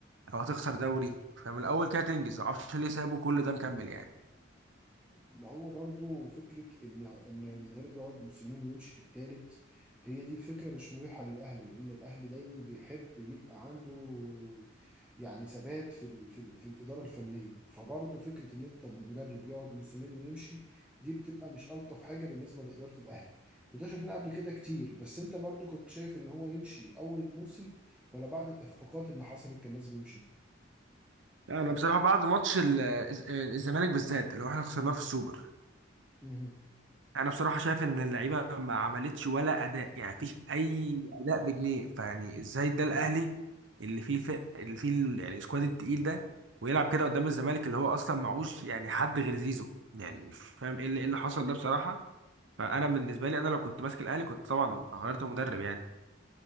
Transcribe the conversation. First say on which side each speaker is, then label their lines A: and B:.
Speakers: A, on the right; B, in the centre.
A: او هتخسر دوري فمن الاول كده تنجز معرفش ليه سابوا كل ده مكمل يعني
B: ما هو برضو فكرة إن إن المدرب يقعد موسمين ويمشي في التالت هي دي فكرة مش مريحة للأهلي لأن الأهلي دايما بيحب يبقى عنده يعني ثبات في ال- في ال- في الإدارة الفنية فبرضو فكرة إن أنت مدرب يقعد موسمين ويمشي دي بتبقى مش ألطف حاجة بالنسبة لإدارة الأهلي وده شفناه قبل كده كتير بس أنت برضو كنت شايف إن هو يمشي أول الموسم ولا بعد الإخفاقات اللي حصلت كان لازم يمشي
A: يعني انا بصراحة بعد ماتش ال- الز- الزمالك بالذات اللي هو احنا خسرناه في السوبر
B: مهم.
A: انا بصراحه شايف ان
B: ده
A: اللعيبه ما عملتش ولا اداء يعني مفيش اي اداء بجنيه فيعني ازاي ده الاهلي اللي فيه ف... اللي فيه ال- يعني السكواد التقيل ده ويلعب كده قدام الزمالك اللي هو اصلا معهوش يعني حد غير زيزو يعني مش فاهم ايه اللي ايه اللي حصل ده بصراحه فانا بالنسبه لي انا لو كنت ماسك الاهلي كنت طبعا غيرت المدرب يعني